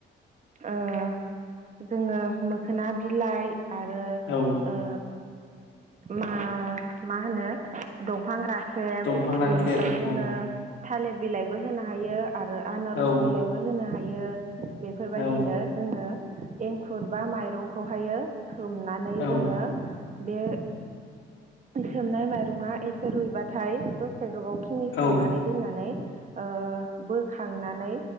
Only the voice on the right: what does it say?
ओ जोङो मोखोना बिलाइ। आरो
ओ मा मा होनो दंफां राख खेब
बिनिफ्राय जोङो
थालिर बिलाइबो होनो हायो। आरो आनारस
बिलाइबो होनो हायो बेफोरबायदिनो
जोङो एंखुर बा माइरंखौहायो सोमनानै
जोङो बे सोमनाय माइरङा एसे रुइबाथाय दसे गोबाव खिनि सोमनानै
दोननानै ओ बोख खांनानै